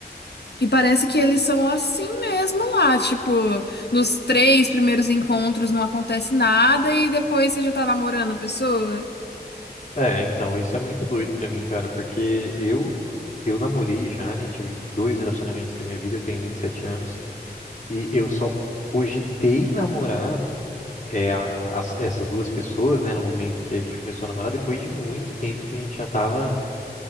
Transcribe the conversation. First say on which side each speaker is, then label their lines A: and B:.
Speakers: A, on the left; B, on the left.
A: E parece que eles são assim mesmo lá. Tipo, nos três primeiros encontros não acontece nada, e depois você já tá namorando a pessoa.
B: É, então, isso é muito doido pra mim, cara, porque eu eu namorei já, né? Tive dois relacionamentos na minha vida, eu tenho 27 anos, e eu só cogitei namorar é, a- as- essas duas pessoas, né, no momento que a gente começou a namorar, depois de muito tempo que a gente já tava